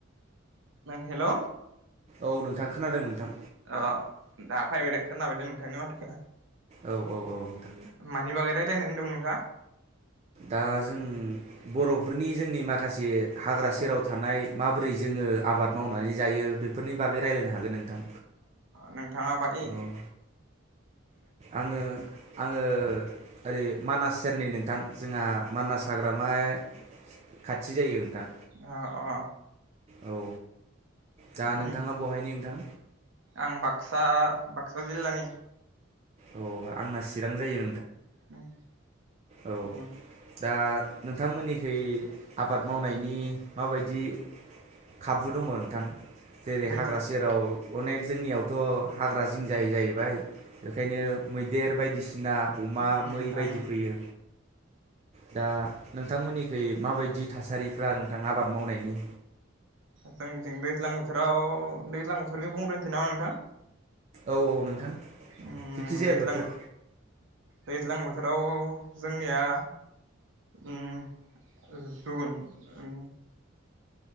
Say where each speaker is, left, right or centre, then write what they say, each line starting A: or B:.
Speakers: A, on the right; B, on the right.
A: हेल'
B: औ नोंथां खोनादों नोंथां
A: अ दा फाइबाइदे खोनाबायदे नोंथांनि माथोखौ
B: औ औ औथां
A: मानि बागै रायलायनो होनदोंमोन नोंथाङा?
B: दा जों बर'फोरनि जोंनि माखासे हाग्रा सेराव थानाय माबोरै जोङो आबाद मावनानै जायो बेफोरनि बागै रायजलायनो हागोन नोंथां
A: नोंथाङा बाय
B: अ आङो आङो ओरै मानास सेरनि नोंथां। जोंहा मानास हाग्रामाया खाथि जायो नोंथां।
A: अ अ
B: औ दा
A: उम
B: नोंथाङा बहायनि नोंथां?
A: आं बाक्सा बाक्सा जिल्लानि
B: अ आंना चिरां जायो
A: उम
B: औ
A: उम
B: दा नोंथांमोननिखै आबाद मावनायनि माबायदि खाबु दङ नोंथां? जेरै
A: दै
B: हाग्रा
A: ओ
B: सेराव अनेक जोंनियाव थ' हाग्रा जिं जायो जाहैबाय ओंखायनो मैदेर बायदि सिना अमा
A: उम
B: मै
A: नोंथां
B: बायदि फैयो दा नोंथांमोननिखै माबायदि थासारि? फ्रा नोंथां आबाद मावनायनि
A: जोंनिथिं दैज्लां बोथोराव दैज्लां बोथोरनि बुंग्रोनोसै नामा नोंथां?
B: औ औ नोंथां
A: उम
B: जेखिजाया
A: दैज्लां
B: बोथोर
A: दैज्लां बोथोराव जोंनिया उम जगुन उम